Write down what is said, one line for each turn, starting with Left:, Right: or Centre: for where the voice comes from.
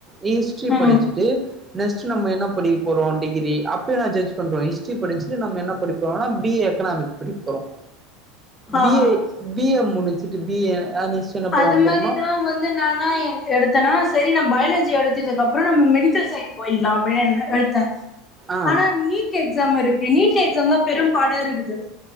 Right: ஹிஸ்ட்ரி படிச்சுட்டு
Left: ம்
Right: நெக்ஸ்ட் நம்ம என்ன படிக்க போறோ டிகிரி அப்பயே நா ஜட்ஜ் பண்றோ ஹிஸ்ட்ரி படிச்சுட்டு நம்ம என்ன படிக்க போறோனா பி ஏ எக்கனாமிக் படிக்க போறோ
Left: ஆ
Right: பி ஏ பி எ முடிச்சு <unintelligible> பி ஏ நெக்ஸ்ட் என்ன பண்ண
Left: அது
Right: போறோனா
Left: மாரிதா வந்து நானா எனக் எடுத்தேனா சரி நம் பயாலஜி எடுத்ததுக்கப்புறோ நம்ம மெடிக்கல் சைட் போயிட்லா அப்டின்னு எடுத்து தேஆனா
Right: ஆ
Left: நீட் எக்ஸாம் இருக்கு இ நீட் எக்ஸாம் தா பெரும் பாடா இருக்குது